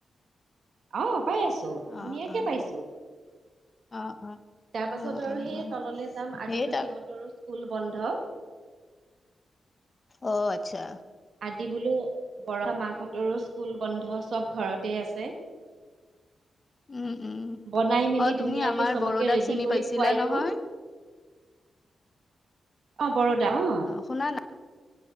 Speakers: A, on the right; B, on the left.
A: আহ পাই আছো
B: অ
A: ধুনীয়াকে
B: অ
A: পাইছো
B: অ অ', অ',
A: তাৰ পাছত
B: অ',
A: আৰু
B: অ',
A: সেই
B: অ',
A: তললৈ যাম
B: সেই
A: আজিতো
B: তাৰ
A: সিহঁতৰো স্কুল বন্ধ
B: অ আচ্ছা
A: য বোলো বৰষা মাকাহঁতৰো স্কুল বন্ধ চব ঘৰতে আছে
B: উম উম
A: বনাই মেলি
B: অ তুমি
A: ধুনীয়াকে
B: আমাৰ
A: চবকে
B: বৰদাক
A: ৰেডি
B: চিনি
A: কৰি
B: পাইছিলা
A: খুৱাই দিওঁ
B: নহয়
A: অ বৰদা অ
B: শুনা না